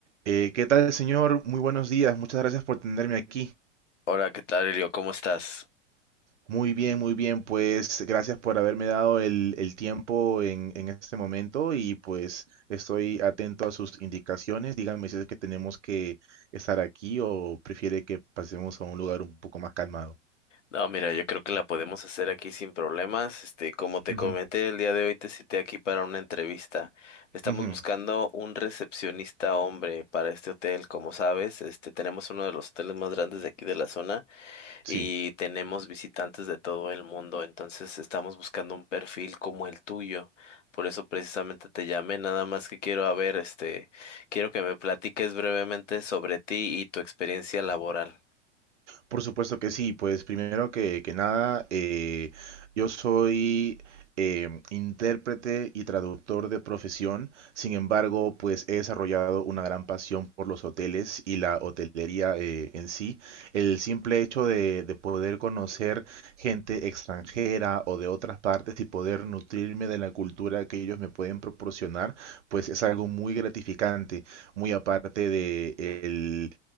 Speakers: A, on the right; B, on the left.
A: Eh, ¿qué tal, señor? Muy buenos días. Muchas gracias por tenerme aquí.
B: Hola, ¿qué tal, Elio? ¿Cómo estás?
A: Muy bien, muy bien. Pues gracias por haberme dado el, el tiempo en, en este momento y pues estoy atento a sus indicaciones. Díganme si es que tenemos que estar aquí o prefiere que pasemos a un lugar un poco más calmado.
B: No, mira, yo creo que la podemos hacer aquí sin problemas. Este, como te
A: Ujú,
B: comenté, el día de hoy te cité aquí para una entrevista. Estamos
A: ujú,
B: buscando un recepcionista hombre para este hotel. Como sabes, este, tenemos uno de los hoteles más grandes de aquí de la zona
A: sí.
B: y tenemos visitantes de todo el mundo. Entonces, estamos buscando un perfil como el tuyo. Por eso precisamente te llamé, nada más que quiero a ver, este, quiero que me platiques brevemente sobre ti y tu experiencia laboral.
A: Por supuesto que sí, pues primero que, que nada, eh, yo soy eh, intérprete y traductor de profesión, sin embargo, pues he desarrollado una gran pasión por los hoteles y la hotelería eh, en sí. El simple hecho de, de poder conocer gente extranjera o de otras partes y poder nutrirme de la cultura que ellos me pueden proporcionar, pues es algo muy gratificante, muy aparte de el